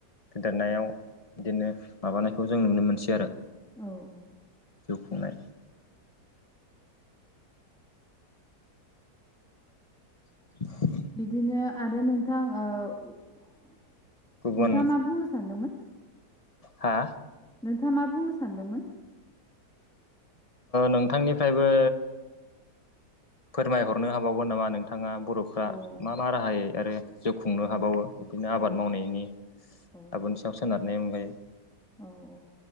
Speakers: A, on the left; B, in the centre.
A: फेदेरनायाव बिदिनो माबानायखौ जों नुनो मोनसै आरो
B: औ औ
A: जिउ खुंनाय औ
B: बिदिनो आरो नोंथां नोंथाङा
A: गुबुन
B: मा बुंनो सानदोंमोन
A: हा?
B: नोंथाङा मा बुंनो सानदोंमोन
A: नोंथांनिफ्रायबो फोरमायहरनो हाबावगोन नामा नों नथाङा बर'फ्रा
B: औ
A: मा मा राहायै आरो जिउ खुंनो हाबावो बिदिनो
B: औ
A: आबाद मावनायनि गाबोन
B: औ
A: सायाव सोनारनायनि अनगायै
B: औ औ